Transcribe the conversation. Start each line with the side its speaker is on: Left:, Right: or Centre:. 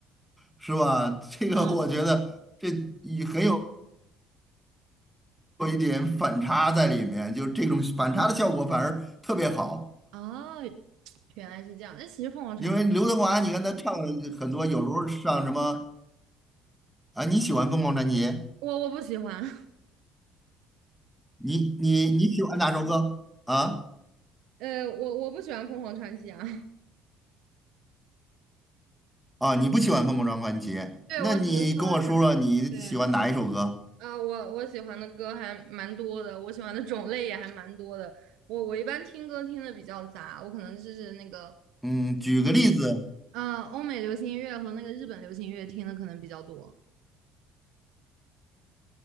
Centre: 是吧？<laughs> 这个我觉得这也很有
Right: 嗯，
Centre: 有一点反差在里面，就这种反差的效果反而特别好。
Right: <laughs> 哦，原来是这样。那其实凤凰传奇，
Centre: 因为刘德华，你看他唱了很多，有时候上什么啊？你喜欢《凤凰传奇》？
Right: 我我不喜欢，<laughs>
Centre: 你你你喜欢哪首歌啊？
Right: 呃，我我不喜欢凤凰传奇啊。<laughs>
Centre: 啊，你不喜欢《凤凰传奇》？
Right: 对，
Centre: 那你跟我说说你喜欢哪一首歌？
Right: 我只是说他，对。啊，我我喜欢的歌还蛮多的，我喜欢的种类也还蛮多的。我我一般听歌听的比较杂，我可能就是那个，
Centre: 嗯，举个例子，
Right: 啊，欧美流行音乐和那个日本流行音乐听的可能比较多。